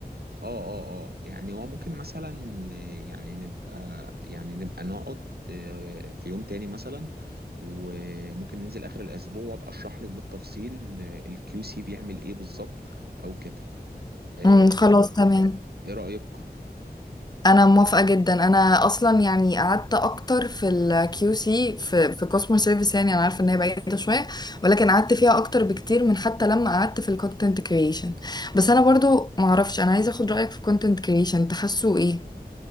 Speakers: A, on the right; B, on the left.
A: اه اه اه يعني هو ممكن مثلا إيه، يعني نبقى يعني نبقى نقعد إيه، في يوم تاني مثلا وممكن ننزل اخر الاسبوع وابقى اشرح لك بالتفصيل الكيو سي بيعمل ايه بالظبط او كده إيه،
B: امم خلاص تمام
A: ايه رأيك
B: انا موافقة جدا انا اصلا يعني قعدت اكتر في الكيو سي في في كاستمر سيرفيس يعني انا عارفه ان هي بعيده شويه ولكن قعدت فيها اكتر بكتير من حتى لما قعدت في الكونتنت كرييشن بس انا برضو ما اعرفش انا عايزه اخد رايك في الكونتنت كرييشن تحسوا ايه